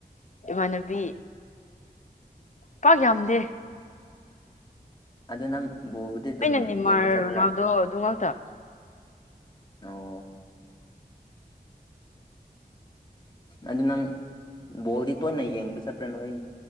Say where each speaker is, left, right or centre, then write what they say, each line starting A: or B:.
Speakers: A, on the left (about 50°); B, on the left (about 25°).
A: ꯏꯃꯥꯟꯅꯕꯤ ꯄꯥꯛ ꯌꯥꯝꯗꯦ
B: ꯑꯗ ꯅꯪ ꯕꯣꯕꯨꯗꯤ ꯑꯗꯨꯝ
A: ꯑꯩꯅ ꯅꯦꯃꯥꯔ
B: ꯌꯦꯡꯕ ꯆꯠꯄ꯭ꯔꯥ
A: ꯔꯣꯅꯥꯜꯗꯣ ꯑꯗꯨ ꯉꯥꯛꯇ
B: ꯑꯣ ꯑꯗꯨ ꯅꯪ ꯕꯣꯜꯗꯤ ꯇꯣꯏꯅ ꯌꯦꯡꯕ ꯆꯠꯄ꯭ꯔꯥ ꯅꯣꯏ